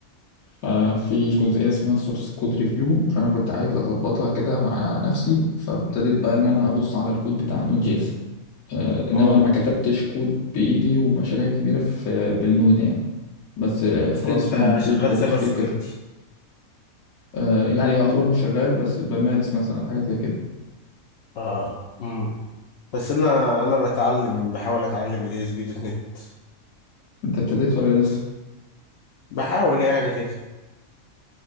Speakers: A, on the left; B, on the left.
A: ففي جزئيه اسمها سورس كود ريفيو فانا كنت عايز اظبطها كده مع نفسي فابتديت بقى ان انا ابص على الكود بتاع نوت جي اس أه انما
B: اه
A: ما كتبتش كود بايدي ومشاريع كبيره في بالنود يعني بس آه،
B: بس
A: خلاص
B: انت
A: فاهم الكود
B: شغال
A: وببص
B: سايبر
A: فيه
B: سيكيورتي
A: وكده أه يعني يعتبر مش شغال بس بمارس مثلا حاجه زي كده
B: اه امم بس انا انا بتعلم بحاول اتعلم الاي اس بي دوت نت
A: انت ابتديت ولا لسه
B: بحاول يعني كده